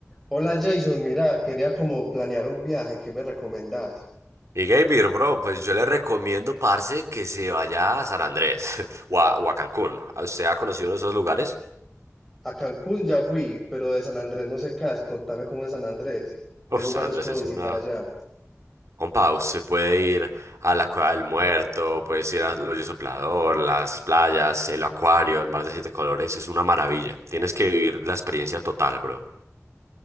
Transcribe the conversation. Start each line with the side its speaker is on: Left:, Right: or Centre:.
Centre: Hola Jason, mira, quería como planear un viaje, ¿qué me recomendás?
Right: Y Gabriel, bro, pues yo le recomiendo, parce, que se vaya a San Andrés <laughs> o a, o a Cancún. ¿A ¿Usted ha conocido uno de esos lugares?
Centre: A Cancún ya fui, pero de San Andrés no sé casi, contame cómo es San Andrés, qué
Right: Uf,
Centre: lugares
Right: San Andrés
Centre: puedo
Right: es
Centre: visitar
Right: una...
Centre: allá.
Right: Compa, usted puede ir a la Cueva del Muerto, puedes ir al Hoyo Soplador, las playas, el acuario, el mar de siete colores, es una maravilla. Tienes que vivir la experiencia total, bro.